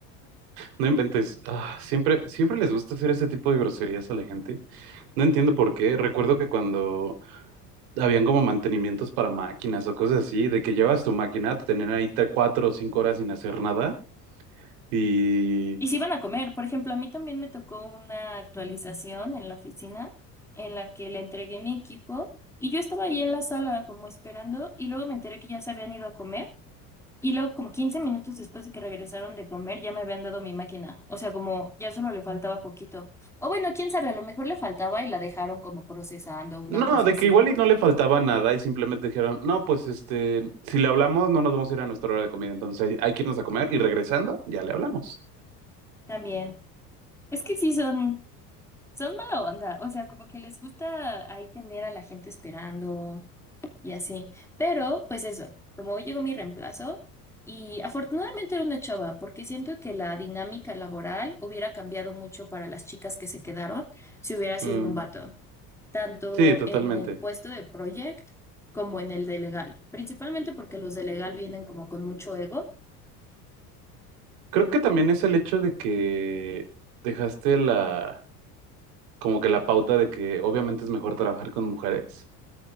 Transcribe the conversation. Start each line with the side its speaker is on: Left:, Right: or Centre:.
Right: No inventes. Ah, siempre, siempre les gusta hacer ese tipo de groserías a la gente. No entiendo por qué. Recuerdo que cuando habían como mantenimientos para máquinas o cosas así, de que llevas tu máquina, te tenían ahí tre- cuatro o cinco horas sin hacer nada. Y
Centre: Y si van a comer, por ejemplo, a mí también me tocó una actualización en la oficina en la que le entregué mi equipo y yo estaba ahí en la sala como esperando y luego me enteré que ya se habían ido a comer Y luego, como 15 minutos después de que regresaron de comer, ya me habían dado mi máquina. O sea, como ya solo le faltaba poquito. O bueno, quién sabe, a lo mejor le faltaba y la dejaron como procesando, una
Right: no,
Centre: cosa
Right: de
Centre: así.
Right: que igual y no le faltaba nada y simplemente dijeron, no, pues este, si le hablamos, no nos vamos a ir a nuestra hora de comida. Entonces hay, hay que irnos a comer y regresando, ya le hablamos.
Centre: También. Es que sí son, son mala onda. O sea, como que les gusta ahí tener a la gente esperando y así. Pero, pues eso, como hoy llegó mi reemplazo, y afortunadamente era una chava, porque siento que la dinámica laboral hubiera cambiado mucho para las chicas que se quedaron si hubiera sido
Right: Mm,
Centre: un vato. tanto
Right: sí, totalmente.
Centre: en el puesto de project como en el de legal, principalmente porque los de legal vienen como con mucho ego.
Right: Creo que también es el hecho de que dejaste la como que la pauta de que obviamente es mejor trabajar con mujeres.